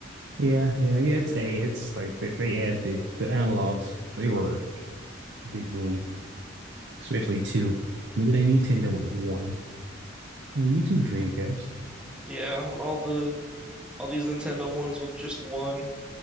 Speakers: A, on the right (about 60°); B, in the centre.
A: Yeah, yeah, yeah. It's a. It's like they, they added the the analogs. They were a big boom, especially two. Look at that Nintendo with one and YouTube Dreamcast.
B: Yeah, all the all these Nintendo ones with just one